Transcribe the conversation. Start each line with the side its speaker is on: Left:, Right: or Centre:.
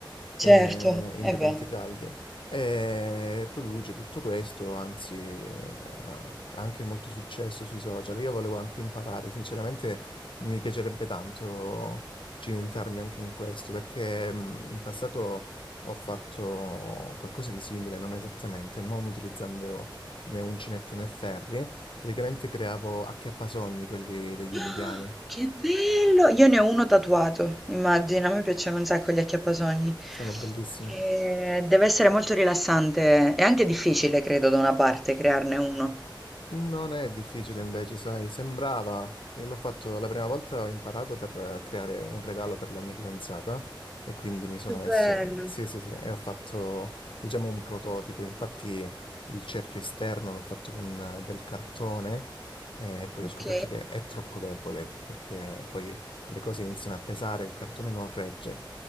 Centre: Certo,
Left: eh, indumenti
Centre: è bello.
Left: caldi. E produce tutto questo, anzi, eh, ha anche molto successo sui social. Io volevo anche imparare, sinceramente mi piacerebbe tanto cimentarmi anche in questo, perché mh, in passato... Ho fatto qualcosa di simile, non esattamente, non utilizzando né uncinetto né ferri. Praticamente creavo acchiappasogni, quelli degli
Centre: Ah,
Left: indiani.
Centre: <gasps> Che bello! Io ne ho uno tatuato, immagina, a me piacciono un sacco gli acchiappasogni.
Left: Sono bellissimi.
Centre: E deve essere molto rilassante e anche difficile, credo, da una parte, crearne uno.
Left: Non è difficile invece, sai, sembrava, e l'ho fatto la prima volta, ho imparato per eh, creare un regalo per la mia fidanzata e quindi mi sono
Centre: Che bello.
Left: messo, eh, sì, sì, sì, e ho fatto, diciamo, un prototipo, infatti il cerchio esterno l'ho fatto con eh, del cartone eh, e poi
Centre: Ok.
Left: ho scoperto che è troppo debole perché poi le cose iniziano a pesare, il cartone non regge.